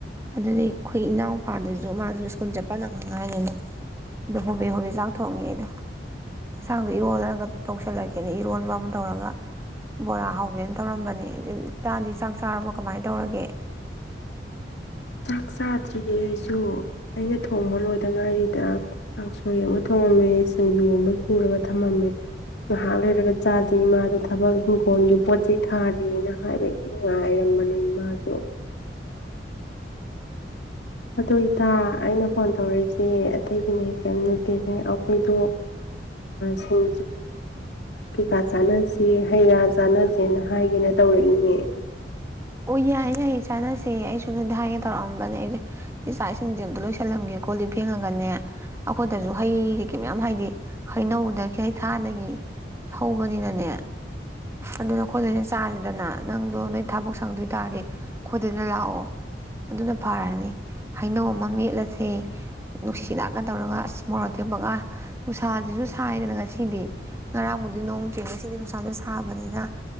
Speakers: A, on the right; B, on the left.
A: ꯑꯗꯨꯗꯒꯤꯑꯩꯈꯣꯏ ꯏꯅꯥꯎꯄꯥꯗꯨꯁꯨ ꯃꯥꯁꯨ ꯁ꯭ꯀꯨꯜ ꯆꯠꯄ ꯅꯪ ꯅꯉꯥꯏꯅꯤꯅ ꯑꯣ ꯍꯣꯕꯦ ꯍꯣꯕꯦ ꯆꯥꯛꯊꯣꯡꯉꯦ ꯑꯩꯗꯣ ꯌꯦꯟꯁꯥꯡꯗꯣ ꯏꯔꯣꯜꯂꯒ ꯇꯧꯁꯤꯜꯂꯛꯀꯦꯅ ꯏꯔꯣꯟꯕ ꯑꯃ ꯇꯧꯔꯒ ꯕꯣꯔꯥ ꯍꯧꯒꯦꯅ ꯇꯧꯔꯝꯕꯅꯦ ꯏꯇꯥꯗꯤ ꯆꯥꯛ ꯆꯥꯔꯕ ꯀꯃꯥꯏꯅ ꯇꯧꯔꯒꯦ
B: ꯥꯆꯥꯗ꯭ꯔꯤꯌꯦꯦ ꯑꯩꯁꯨ ꯑꯩꯅ ꯊꯣꯡꯕ ꯂꯣꯏꯗ ꯉꯥꯏꯔꯤꯗ ꯀꯥꯡꯁꯣꯏ ꯑꯃ ꯊꯣꯡꯉꯝꯃꯦ ꯁꯤꯡꯖꯨ ꯑꯃ ꯁꯨꯔꯒ ꯊꯝꯃꯝꯃꯦ ꯉꯥꯏꯍꯥꯛ ꯂꯩꯔꯒ ꯆꯥꯥꯁ ꯏꯃꯥꯗ ꯊꯕꯛ ꯐꯣꯟꯒꯤ ꯄꯣꯠ ꯆꯩ ꯊꯥꯔꯤꯅ ꯍꯥꯏꯕꯅꯦ ꯏ ꯉꯥꯏꯔꯝꯕꯅꯤ ꯏꯃꯥꯁꯦ ꯑꯗꯣ ꯏꯇꯥ ꯑꯩꯅ ꯐꯣꯟ ꯇꯧꯔꯛꯏꯁꯦ ꯑꯇꯩꯒꯤꯅꯦ ꯀꯦꯃ ꯅꯠꯇꯦꯁꯦ ꯑꯩꯈꯣꯏꯗꯣ ꯁꯤꯡ ꯀꯩꯀꯥ ꯆꯥꯅꯁꯤ ꯍꯩ ꯔꯥ ꯆꯥꯅꯖꯦꯅ ꯍꯥꯏꯒꯦꯅ ꯇꯧꯔꯦ ꯑꯗꯨꯅꯦ
A: ꯑꯣ ꯌꯥꯏꯌꯦ ꯌꯥꯏꯌꯦ ꯆꯥꯟꯅꯁꯦ ꯑꯩꯁꯨ ꯗꯥ ꯍꯥꯏ ꯇꯧꯔꯝꯕꯅꯦ ꯑꯩꯁꯦ ꯆꯥꯏꯁꯤꯡꯖꯦ ꯑꯃꯇ ꯂꯣꯏꯁꯜꯂꯝꯒꯦ ꯀꯣ ꯂꯤꯛ ꯐꯦꯡꯉꯒꯅꯦ ꯑꯩꯈꯣꯏꯗꯁꯨ ꯍꯩ ꯀꯩꯀꯩ ꯃꯌꯥꯝ ꯍꯥꯏꯗꯤ ꯍꯩꯅꯧꯗꯒꯤ ꯍꯩꯈꯥꯗꯒꯤ ꯍꯧꯕꯅꯤꯅꯅꯦ ꯑꯗꯨꯅ ꯈꯣꯣꯏꯗꯣꯏꯅꯦ ꯆꯥꯁꯤꯗꯅ ꯅꯪ ꯑꯗ ꯅꯣꯏ ꯊꯕꯛ ꯁꯪꯗꯣꯏꯇꯥꯥꯔꯦ ꯈꯣꯏꯗꯅ ꯂꯥꯛꯑꯣ ꯑꯗꯨꯅ ꯐꯔꯅꯤ ꯍꯩꯅꯧ ꯑꯃ ꯃꯦꯠꯂꯁꯦ ꯅꯨꯡꯁꯤꯠ ꯍꯤꯗꯥꯛꯀ ꯇꯧꯔꯒ ꯑꯁ ꯃꯣꯔꯣꯛ ꯇꯦꯛꯞꯄꯒ ꯅꯨꯡꯁꯥꯁꯤꯁꯨ ꯁꯥꯏꯗꯅ ꯉꯁꯤꯗꯤ ꯉꯔꯥꯡꯕꯨꯗꯤ ꯅꯣꯡꯇ꯭ꯦ ꯉꯁꯤꯗꯤ ꯅꯨꯡꯁꯥꯁꯨ ꯁꯥꯕꯅꯤꯅ